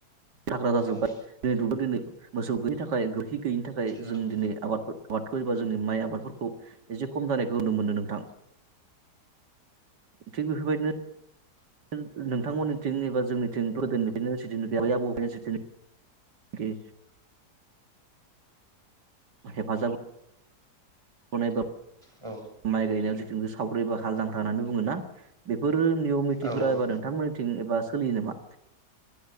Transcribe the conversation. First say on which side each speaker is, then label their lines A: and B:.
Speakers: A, on the right (about 85°); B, on the right (about 15°).
A: हाग्रा जाजोब्बाय
B: उम औ
A: दिनै दुब्लि दिनै मोसौ गैयिनि थाखाय गोबोरखि गैयिनि थाखाय
B: उम
A: जों दिनै आबादफोर आबादखौ एबा जोंनि माइ आबादफोरखौ एसे खम जानायखौ नुनो मोनो नोंथां। थिग बेफोर बायदिनो होन नोंथांमोननिथिं एबा जोंनिथिं <unintelligible> नुफेराखै आबै आबौनि जेथुनाखि हेफाजाब अनाय बाब
B: उम औ
A: माइ गायनायाव जिथुनाखि सावरि एबा हाल जांख्रा होननानै बुङो ना? बेफोर नियम निथिफोरा
B: औ
A: एबा नोंथांमोननिथिं एबा सोलियो नामा?